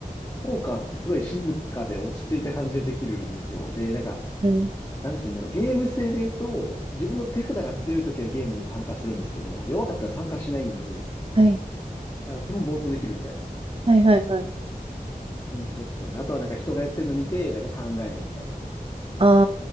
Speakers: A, on the left; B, on the right.
A: ポーカーってすごい静かで落ち着いた感じでできるんですよ。で、なんか、
B: うん。
A: なんて言うんだろう。ゲーム性で言うと、自分の手札が強い時はゲームに参加するんですけど、弱かったら参加しないんで、
B: はい。
A: なんか基本暴投できるみたいな。
B: はいはいはい。
A: 感じだったんで、あとはなんか人がやってるの見て、なんか考えるみたいな
B: あ